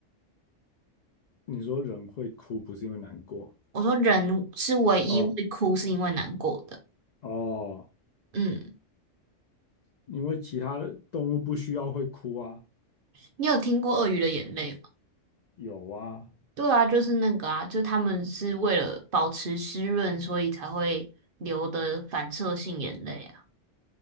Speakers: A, on the left; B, on the right.
A: 你说人会哭不是因为难过
B: 我说人是唯一会哭是因为难过的。
A: 哦哦。哦
B: 嗯，
A: 因为其他的动物不需要会哭啊，
B: 你有听过鳄鱼的眼泪吗？
A: 有啊，
B: 对啊，就是那个啊，就他们是为了保持湿润，所以才会流的反射性眼泪啊。